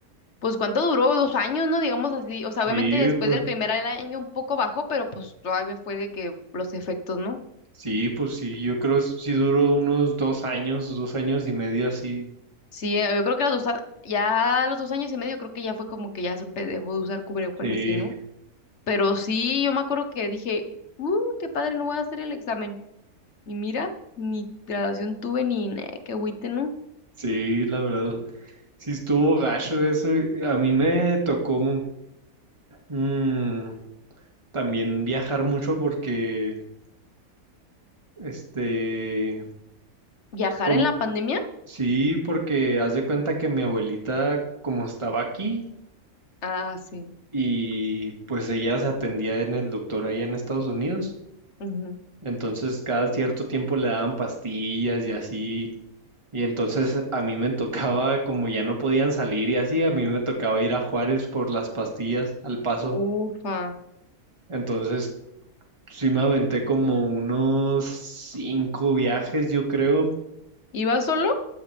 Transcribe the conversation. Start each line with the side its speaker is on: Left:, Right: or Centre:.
Left: Pues cuánto duró, dos años, ¿no? Digamos así. O sea,
Right: Sí,
Left: obviamente después
Right: pues
Left: del primer año un poco bajó, pero pues todavía fue de que los efectos, ¿no?
Right: sí, pues sí, yo creo s- sí duró unos dos años, dos años y medio así.
Left: Sí, eh, yo creo que a los dos, a- ya a los dos años y medio creo que ya fue como que ya se empe- dejó de usar cubrebocas
Right: Sí,
Left: y así, ¿no? Pero sí, yo me acuerdo que dije, uh, qué padre, no voy a hacer el examen. Y mira, ni graduación tuve ni nada, qué agüite, ¿no?
Right: sí, la verdad, sí estuvo gacho eso. A mí me tocó mm, también viajar mucho porque, este...
Left: ¿Viajar
Right: Como-
Left: en la pandemia?
Right: sí, porque haz de cuenta que mi abuelita, como estaba aquí,
Left: Ah, sí.
Right: y pues ella se atendía en el doctor allá en Estados Unidos,
Left: ujú.
Right: entonces cada cierto tiempo le daban pastillas y así, y entonces a mí me tocaba, como ya no podían salir y así, a mí me tocaba ir a Juárez por las pastillas al paso,
Left: Ufa.
Right: entonces sí me aventé como unos cinco viajes, yo creo,
Left: ¿Iba solo?